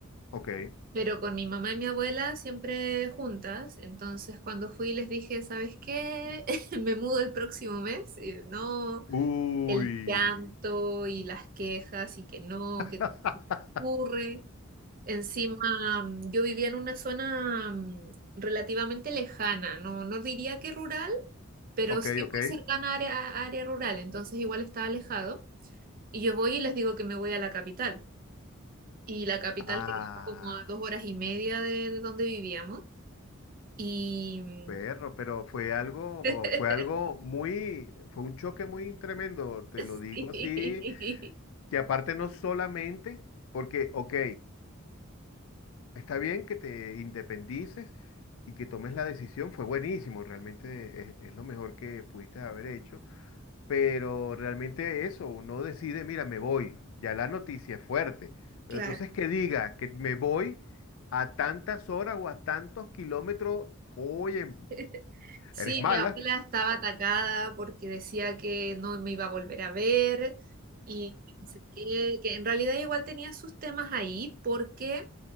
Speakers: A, on the left; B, on the right.
A: ok.
B: Pero con mi mamá y mi abuela siempre juntas. Entonces cuando fui les dije, ¿sabes qué? <laughs> Me mudo el próximo mes. Y, no
A: Uy.
B: el llanto y las quejas y que no,
A: <laughs>
B: que ocurre. Encima, mm, yo vivía en una zona mm, relativamente lejana, no, no diría que rural, pero
A: Ok,
B: sí muy
A: ok.
B: cercana a área, a área rural, entonces igual estaba alejado. Y yo voy y les digo que me voy a la capital. Y la capital
A: Ah.
B: quedaba como a dos horas y media de, de donde vivíamos. Y mm,
A: Berro, pero fue algo,
B: <laughs>
A: fue algo muy, fue un choque muy tremendo, te lo
B: sí,
A: digo así, que aparte no solamente, porque, ok, está bien que te independices y que tomes la decisión, fue buenísimo, realmente es, es lo mejor que pudiste haber hecho, pero realmente eso, uno decide, mira, me voy, ya la noticia es fuerte, pero
B: Claro.
A: entonces que diga que me voy a tantas horas o a tantos kilómetros, oye,
B: <laughs> Sí,
A: eres mala,
B: mi abuela estaba atacada porque decía que no me iba a volver a ver y no sé qué, que en realidad igual tenía sus temas ahí porque